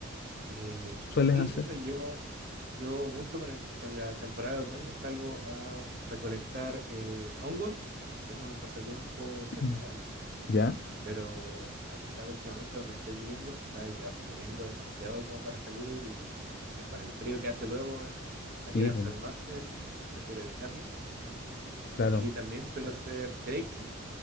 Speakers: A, on the right; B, on the left.
A: Eh,
B: sueles
A: sí,
B: hacer.
A: o sea, yo, yo mucho con el, con la temporada de otoño salgo a recolectar eh, hongos, que es un pasatiempo personal
B: Mm. ¿Ya?
A: Pero acá últimamente donde estoy viviendo está llo- lloviendo demasiado como para salir y eh, con el frío que hace luego es salir
B: Sí,
A: a
B: pues,
A: enfermarse, así que prefiero evitarlo.
B: claro.
A: Y también suelo hacer trekking,